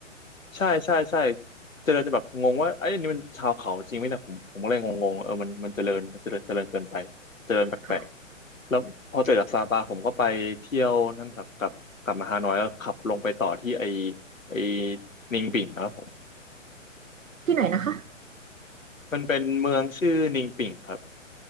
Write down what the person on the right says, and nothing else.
ค่ะ
ที่ไหนนะคะ